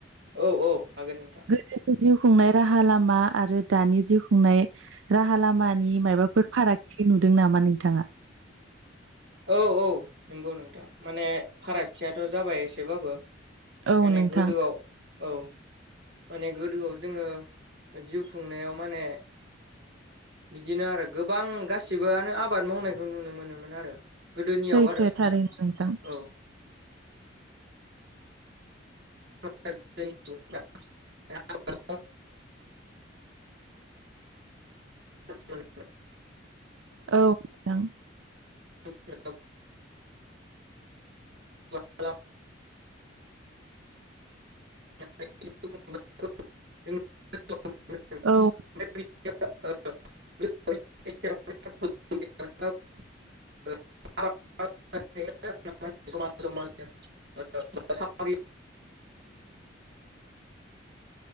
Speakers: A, on the right (about 55°); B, on the right (about 85°).
A: औ औ हागोन नोंथां
B: गोदोनि जिउ खुंनाय राहा लामा आरो दानि जिउ खुंनाय राहा लामानि माबाफोर फारागथि नोदों नामा नोंथाङा?
A: औ औ नंगौ नोंथां माने फारागथियाथ' जाबाय एसेबाबो
B: औ
A: माने
B: नोंथां
A: गोदोआव औ माने गोदोआव जोङो जिउ खुंनायाव माने बिदिनो आरो गोबां गासैबोआनो आबाद मावनायखौ नुनो मोनोमोन आरो। गोदोनियाव
B: सैथो
A: आरो
B: थारैनो नोंथां।
A: औ <unintelligible> <unintelligible> <unintelligible>
B: औ नोंथां
A: <unintelligible> <unintelligible>
B: <inaudible>
A: <unintelligible> <unintelligible>
B: औ
A: <inaudible> <inaudible> <unintelligible>
B: <inaudible>